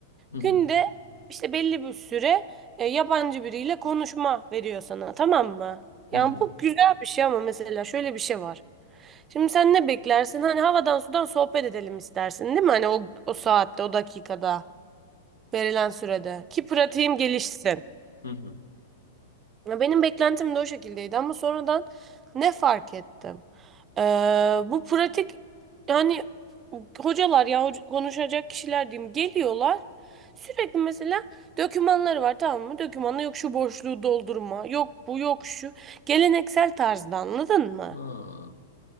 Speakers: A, on the left; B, on the right.
A: Hı hı.
B: Günde işte belli bir süre e, yabancı biriyle konuşma veriyor sana tamam mı? Yani
A: Hı hı.
B: bu güzel bir şey ama mesela şöyle bir şey var. Şimdi sen ne beklersin? Hani havadan sudan sohbet edelim istersin değil mi? Hani o, o saatte o dakikada verilen sürede ki pratiğim
A: E,
B: gelişsin.
A: Hı hı.
B: Ya Benim beklentim de o şekildeydi ama sonradan ne fark ettim? Ee, bu pratik yani hocalar ya hoca- konuşacak kişiler diyeyim geliyorlar. Sürekli mesela dokümanları var tamam mı? Dokümanı yok şu boşluğu doldurma, yok bu yok şu. Geleneksel tarzda anladın mı?
A: Ha.